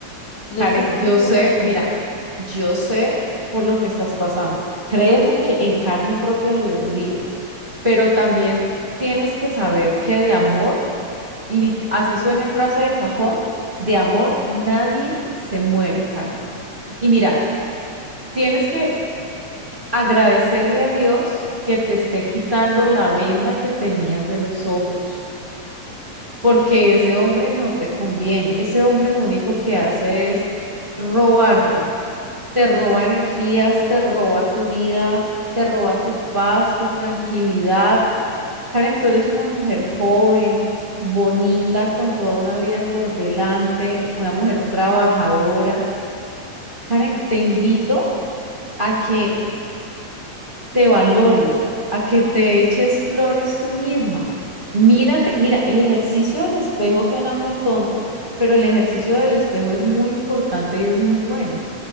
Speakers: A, on the left; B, on the right.
A: No
B: Karen,
A: sé cómo
B: yo sé,
A: hacer.
B: mira, yo sé por lo que estás pasando. Créeme que en carne propia lo he vivido, pero también tienes que saber que de amor, lit- así suena a frase de cajón, de amor nadie se muere, Karen. Y mira, tienes que agradecerle a Dios que te esté quitando la venda que tenías de los ojos, porque ese hombre no te conviene. Ese hombre lo único que hace es robarte, te roba energías, te roba tu vida, te roba tu paz, tu tranquilidad. Karen, tú eres una mujer joven, bonita, con toda una vida por delante, una mujer trabajadora. Karen, te invito a que te valores, a que te eches flores tú misma. Mírate, mira, el ejercicio del espejo suena muy tonto, pero el ejercicio del espejo es muy importante y es muy bueno.